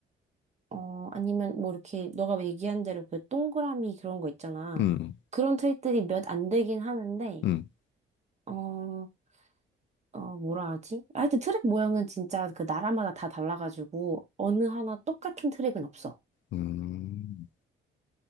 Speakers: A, on the right (about 35°); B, on the left (about 70°).
A: 어 아니면 뭐 이렇게 너가 얘기한 대로 그 동그라미 그런 거 있잖아.
B: 음,
A: 그런 트랙들이 몇 안 되긴 하는데
B: 음,
A: 어 어, 뭐라 하지? 하여튼 트랙 모양은 진짜 그 나라마다 다 달라가지고 어느 하나 똑같은 트랙은 없어.
B: 음.